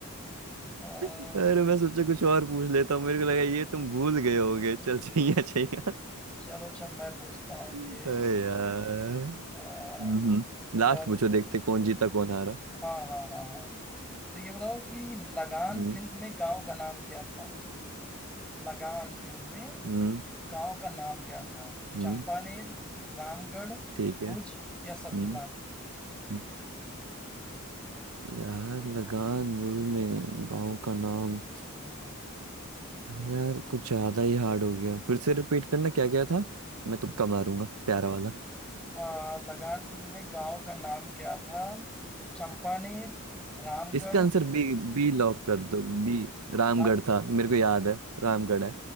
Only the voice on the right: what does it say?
अरे मैं सोचा कुछ और पूछ लेता हूँ मेरे को लगा ये तुम भूल गए होगे चल चाहिए चाहिए
अरे
यार
हम्म
लास्ट
पूछो देखते कौन जीता कौन हारा
हम्म
हम्म
हम्म,
ठीक है हम्म
हम्म। यार लगान मूवी में गांव का नाम
यार कुछ ज्यादा ही हार्ड हो गया फिर से रिपीट करना क्या क्या था मैं तुक्का मारूंगा प्यारा वाला
इसका आंसर बी बी लॉक कर दो बी रामगढ़
था मेरे को याद है रामगढ़ है